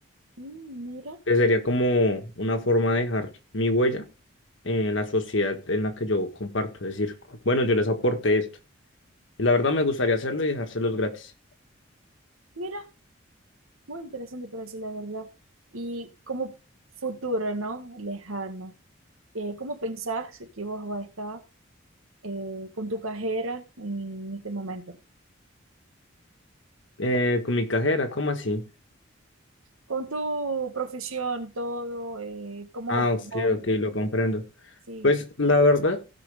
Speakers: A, on the right (about 85°); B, on the left (about 65°).
A: Mm, mira,
B: que sería como una forma de dejar mi huella en la sociedad en la que yo comparto, es decir, bueno, yo les aporté esto. Y la verdad me gustaría hacerlo y dejárselos gratis.
A: mira, muy interesante para decir la verdad. Y como futuro, ¿no? Lejano. Eh, ¿cómo pensás que vos vas a estar eh, con tu carrera en este momento?
B: Eh, con mi cajera, ¿cómo así?
A: con tu profesión, todo, eh, como
B: Ah, ok,
A: vos,
B: ok, lo comprendo.
A: sí,
B: Pues la verdad,